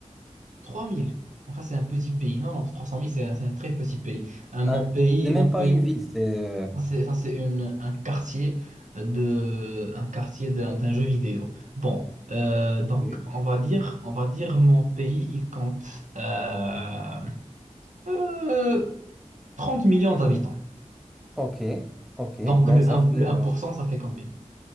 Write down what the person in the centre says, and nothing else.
Ah,
c'est même
pas
une ville, c'est. euh,
Ok.
Ok. Ok.
Donc
ça
fait.